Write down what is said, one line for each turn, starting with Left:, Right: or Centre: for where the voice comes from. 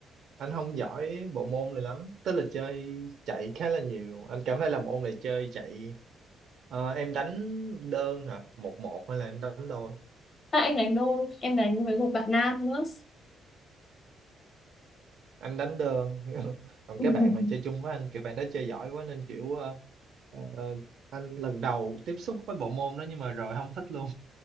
Right: anh không giỏi bộ môn này lắm. Tức là chơi chạy khá là nhiều. Anh cảm thấy là môn này chơi chạy Ờ, em đánh đơn hả? Một một hay là em đánh đôi?
Left: à, em đánh đôi em đánh với một bạn nam nữa
Right: anh đánh đơn <laughs> còn
Left: <laughs>
Right: cái bạn mà chơi chung với anh kiểu bạn đó chơi giỏi quá nên kiểu ờ, ờ, anh lần đầu tiếp xúc với bộ môn đó nhưng mà rồi không thích luôn